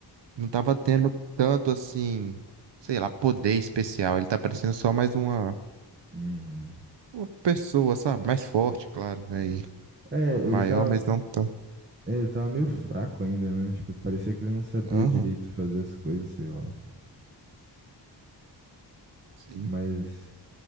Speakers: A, on the right (about 75°); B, on the right (about 25°).
A: não tava tendo tanto assim, sei lá, poder especial. Ele tá parecendo só mais uma,
B: Uhum.
A: uma pessoa, sabe? Mais forte, claro, né? E
B: É, ele
A: maior,
B: tava,
A: mas não tão.
B: ele tava meio fraco ainda, né? Tipo, parecia que ele não sabia
A: Aham,
B: direito fazer as coisas, sei lá.
A: sim.
B: Mas,